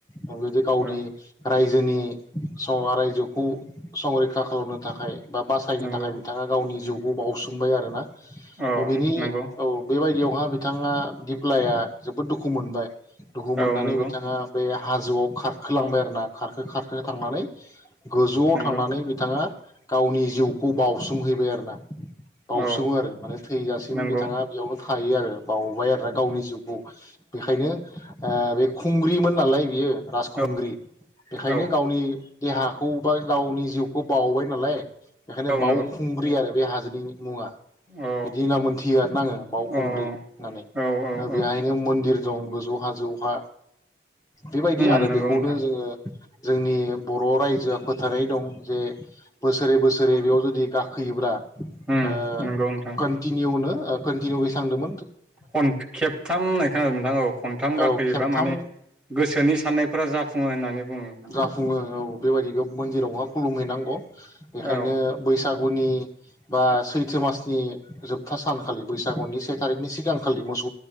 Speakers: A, on the left (about 20°); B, in the centre.
A: ओ <unintelligible> जे गावनि
B: औ
A: रायजोनि सावहा रायजोखौ संरैखा खालामनो थाखाय बा बासायनो
B: नंगौ
A: थाखाय बिथाङा गावनि जिउ ब बावउसोमबाय आरो ना ओ
B: औ
A: बेनि
B: नंगौ
A: औ बेबायद बेयावहा बिथाङा दिप्लाइआ जोबोद दुखु मोनबाय दुखु मोननानै
B: औ नंगौ
A: बिथाङा बे <unintelligible> हाजोआव खारखोलांबाय आरो ना खारखो खारखो थांनानै गोजौआव
B: नंगौ
A: थांनानै बिथाङा गावनि जिउखौ बाउसोमहैबाय आरोना बाउसोमो
B: औ
A: आरो माने थैजासिम
B: नंगौ
A: बिथाङा बेयावनो थायो आरो बाउबाय आरोना गावनि जिउखौ बेख ओंखायनो ओ बे खुंग्रिमोन नालाय बियो राजखुंग्रि
B: औ
A: बेखायनो
B: औ
A: गावनि <unintelligible> देहाखौ बा गावनि जिउखौ बावबाय नालाय बेखायनो बावखुंग्रि
B: नंगौ
A: आरो बे हाजो इनि मुङा
B: औ
A: बिदि होनना मोनथियो आरोना आङो बावउखुंग्रि
B: औ
A: होननानै
B: औ औ
A: दा
B: औ
A: बेहायनो मोन्दिर दं गोजौ हा जौहा बेबायदि
B: उम
A: आरो
B: नंगौ
A: बेखौनो
B: नोंथां
A: जोङो जोंनि बर' रायजोआ फोथायनाय दं जे बोसोरै बोसोरै बेयाव जुदि गाखोयोब्ला
B: उम
A: ओ
B: नंगौ नोंथां
A: कोन्टिनिउनो ओ कोनटिनिउ बे सांदोंमोन
B: खन खेबथाम होननाय खोनादों नोंथां औ खनथाम गाखोयोबा
A: औ खेबथाम
B: माने गोसोनि साननायफोरा जाफुङो होननानै बुङो नोंथां
A: जाफुङो
B: औ
A: औ बेबायदि बेयाव मोन्दिरावहाय खुलुमहैनांग' बेखायनो
B: औ
A: बैसाग गुनि बा सैथो मासनि जोबथा सानखालि बैसागुनि से थारिकनि सिगांखालि मोस